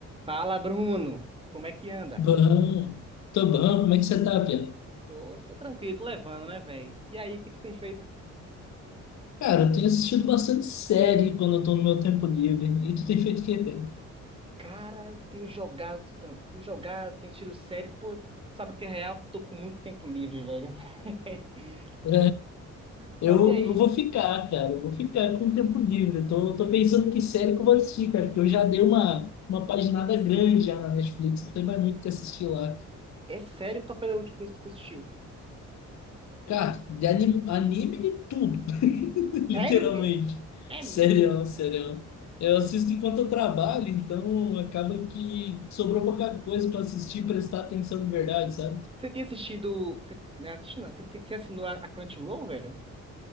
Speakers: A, on the right; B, on the left.
A: Fala, Bruno. Como é que anda?
B: Bom, tô bom, como é que você tá, Pia?
A: Pô, tô tranquilo, tô levando, né, velho? E aí, o que que você tem feito?
B: Cara, eu tenho assistido bastante série quando eu tô no meu tempo livre. E tu tem feito o quê, Pia?
A: Cara, eu tenho jogado tu tanto. Tenho jogado, tenho assistido série. Pô, sabe o que é real? Tô com muito tempo livre, velho. <laughs>
B: É,
A: Mas
B: eu,
A: e aí?
B: eu vou ficar, cara, eu vou ficar com o tempo livre. Eu Tô, tô pensando que série que eu vou assistir, cara, porque eu já dei uma, uma paginada grande já na Netflix, não tem mais muito o que assistir lá,
A: É sério qual foi a última coisa que tu assistiu?
B: Cara, de anime, anime tudo. <laughs> Literalmente.
A: Sério, Via? É
B: Serião,
A: mesmo?
B: serião. Eu assisto enquanto eu trabalho, então acaba que sobrou pouca coisa para assistir, e prestar atenção de verdade, sabe?
A: Você tem assistido. Você... Não, assisti não. Você, tem- você assinou a a Crunchyroll, velho?